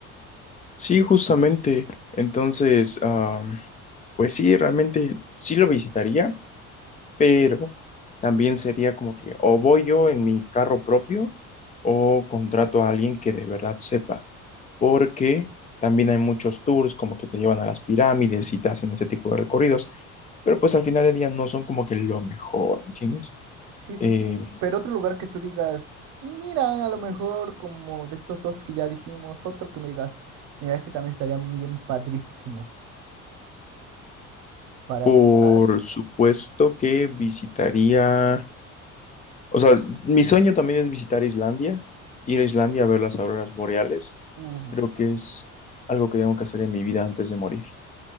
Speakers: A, on the left; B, on the right.
A: Sí, justamente. Entonces, am, pues sí, realmente sí lo visitaría, pero también sería como que o voy yo en mi carro propio o contrato a alguien que de verdad sepa, porque también hay muchos tours como que te llevan a las pirámides y te hacen ese tipo de recorridos, pero pues al final del día no son como que lo mejor, ¿entiendes?
B: Sí, sí,
A: Eh,
B: sí. Pero otro lugar que tú digas, mira, a lo mejor como de estos dos que ya dijimos, otro que me digas, mira, este también estaría bien padrísimo para
A: Por
B: visitar.
A: supuesto que visitaría, o sea, mi sueño también es visitar Islandia, ir a Islandia a ver las auroras boreales.
B: Uf,
A: Creo que es algo que tengo que hacer en mi vida antes de morir.